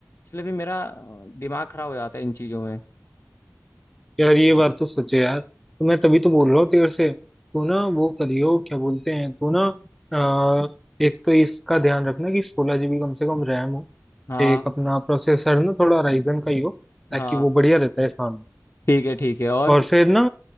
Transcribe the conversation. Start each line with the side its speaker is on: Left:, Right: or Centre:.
Left: इसलिए भी मेरा अ, दिमाग खराब हो जाता है इन चीजों में
Centre: यार ये बात तो सोचे यार तो मैं तभी तो बोल रहा हूँ तेरे से तू ना वो करियो क्या बोलते हैं तू ना अ, एक तो इसका ध्यान रखना कि सोलह जीबी कम से कम रैम हो
Left: हाँ
Centre: एक अपना प्रोसेसर ना थोड़ा राइजन का ही हो ताकि
Left: हाँ
Centre: वो बढ़िया रहता है सामने
Left: ठीक है ठीक है और
Centre: और फिर ना